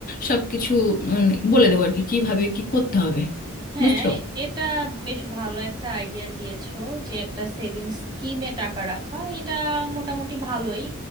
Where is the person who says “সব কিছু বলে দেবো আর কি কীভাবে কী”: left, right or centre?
Left